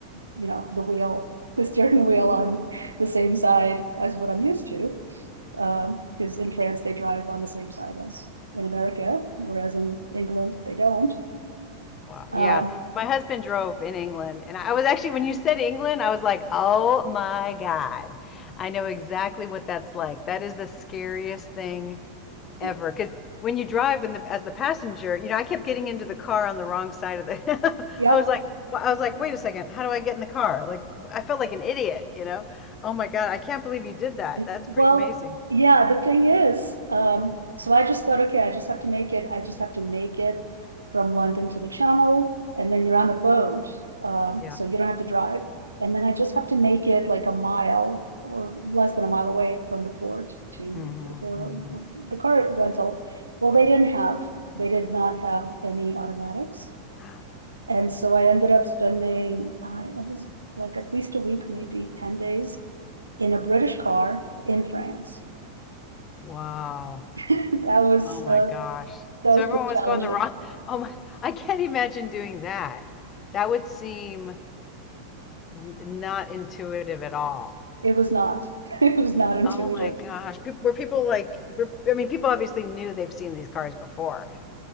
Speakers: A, on the right; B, on the left.
A: you know, the wheel, the steering wheel on the same side as what I'm used to. Because um, in France, they drive on the same side as in America, whereas in England, they don't.
B: Wow.
A: Um,
B: Yeah. My husband drove in England, and I was actually, when you said England, I was like, oh my God. I know exactly what that's like. That is the scariest thing ever
A: it-
B: because when you drive when the as the passenger you know i kept getting into the car on the wrong side of the
A: yep,
B: <laughs> i was like i was like wait a second how do i get in the car like i felt like an idiot you know oh my god i can't believe you did that
A: It-
B: that's
A: Well,
B: pretty amazing
A: yeah, the thing is, um, so I just thought, okay, I just have to make it, I just have to make it from London to the channel, and then you're on the boat, um,
B: yeah
A: so you don't have to drive. And then I just have to make it like a mile or less than a mile away from the port to
B: mm-hmm,
A: the
B: hmm
A: the car rental. Well,
B: wow
A: they didn't have, they did not have any automatics.
B: <gasps>
A: And so I ended up spending, I was like at least a week, maybe 10 days in a British car in France.
B: wow
A: <laughs> that was
B: oh my
A: uh,
B: gosh
A: that
B: so
A: was
B: everyone
A: pretty challenging.
B: was going the wrong <laughs> oh my i can't imagine doing that that would seem n- not intuitive at all
A: It was not. <laughs> It was not intuitive.
B: Oh my gosh. Peop were people like, were, I mean, people obviously knew they've seen these cars before.